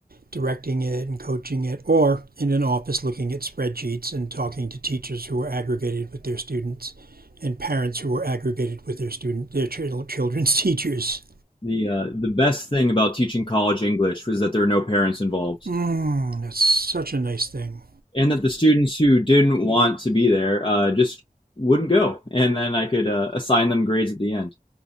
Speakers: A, on the right; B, on the left.
A: directing it and coaching it, or in an office looking at spreadsheets and talking to teachers who are aggravated with their students and parents who are aggravated with their student their children's <laughs> teachers.
B: The uh, the best thing about teaching college English was that there were no parents involved.
A: Mm, that's such a nice thing.
B: and that the students who didn't want to be there uh, just wouldn't go, and then I could uh, assign them grades at the end.